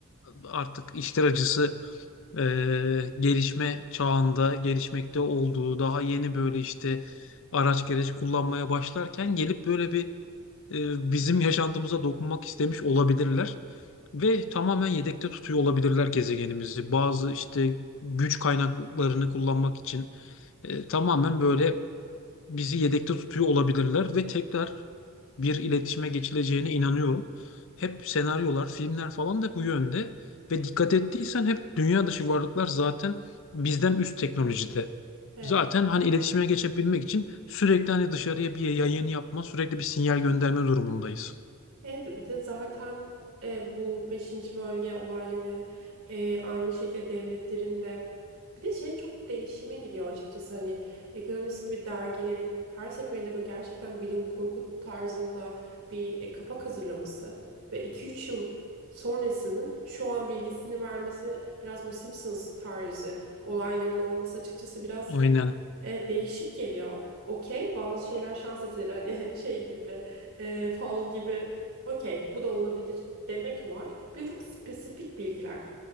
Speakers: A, on the left; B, on the right.
A: artık işler acısı e, gelişme çağında gelişmekte olduğu daha yeni böyle işte araç gereç kullanmaya başlarken gelip böyle bir e, bizim yaşantımıza dokunmak istemiş olabilirler. Ve tamamen yedekte tutuyor olabilirler gezegenimizi. Bazı işte güç kaynaklarını kullanmak için e, tamamen böyle bizi yedekte tutuyor olabilirler ve tekrar bir iletişime geçileceğine inanıyorum. Hep senaryolar, filmler falan da bu yönde ve dikkat ettiysen hep dünya dışı varlıklar zaten bizden üst teknolojide.
B: Evet.
A: Zaten hani iletişime geçebilmek için sürekli hani dışarıya bir yayın yapma, sürekli bir sinyal gönderme durumundayız.
B: Evet bir de zaten e, bu beşinci bölge olayları e, aynı şekilde devletlerinde bir de şey çok değişime gidiyor açıkçası hani ekonomist gibi dergilerin her seferinde böyle gerçekten bilim kurgu tarzında bir e, kapak hazırlaması ve iki üç yıl sonrasının şu an bilgisini vermesi biraz bu Simpsons tarzı olayların olması açıkçası biraz
A: Aynen.
B: Evet, değişik geliyor. Okey, bazı şeyler şans eseri hani <laughs> şey gibi, e, fal gibi. Okey, bu da olabilir demek var. Bir de çok spesifik bilgiler